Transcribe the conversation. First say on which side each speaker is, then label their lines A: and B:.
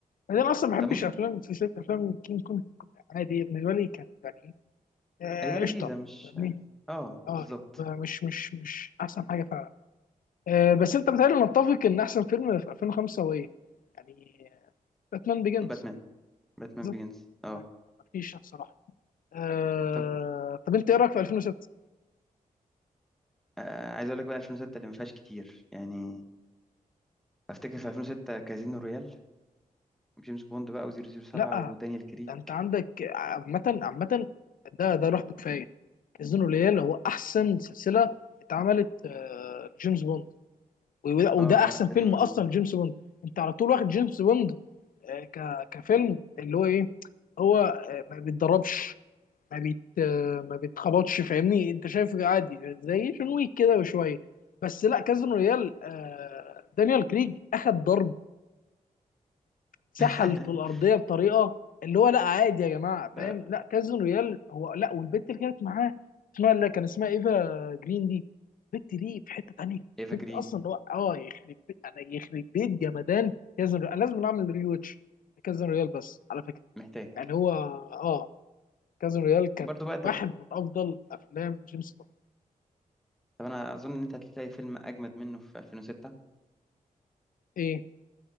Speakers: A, on the left; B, in the centre.
A: انا اصلا ما بحبش
B: طب ممكن
A: افلام سلسله افلام كينج كونج عادي بالنسبه لي كانت يعني آه،
B: هي لذيذة
A: قشطه
B: مش
A: فاهمني
B: اه
A: اه
B: بالظبط
A: يعني ما- مش مش مش احسن حاجه فعلا آه بس انت بتهيألي نتفق ان احسن فيلم في 2005 هو ايه؟ يعني باتمان بيجنز
B: باتمان باتمان
A: بالظبط
B: بيجنز اه
A: يعني ما فيش صراحه آه
B: طب
A: طب انت ايه رايك في 2006؟
B: آه عايز أقول لك بقى 2006 اللي ما فيهاش كتير يعني أفتكر في 2006 كازينو رويال جيمس بوند بقى و007
A: لا
B: ودانيال كريج
A: ده انت عندك عامه عامه ده ده لوحده كفايه كازينو ريال هو احسن سلسله اتعملت آه، لجيمس بوند وده وده
B: اه لا
A: احسن
B: فيلم
A: فيلم اصلا جيمس بوند انت على طول واخد جيمس بوند آه، ك- كفيلم اللي هو ايه هو آه، ما بيتدربش ما بيت آه، ما بيتخبطش فاهمني انت شايفه عادي زي جون ويك كده بشويه بس لا كازينو ريال آه، دانيال كريج اخد ضرب سحل
B: <laughs>
A: في الارضيه بطريقه اللي هو لا عادي يا جماعه
B: لا
A: فاهم
B: لا
A: لا كازينو ريال هو لا والبت اللي كانت معاه اسمها اللي كان اسمها ايفا جرين دي البت دي في حته تانيه
B: ايفا
A: البت
B: جرين
A: دي اصلا هو اه يخرب بيت انا يخرب بيت جمدان كازينو ريال انا لازم نعمل ريوتش كازينو ريال بس على فكره
B: محتاج
A: يعني هو اه كازينو ريال كان
B: برضو بقى
A: واحد
B: طب
A: من افضل افلام جيمس بوند
B: طب انا اظن ان انت هتلاقي فيلم اجمد منه في 2006
A: ايه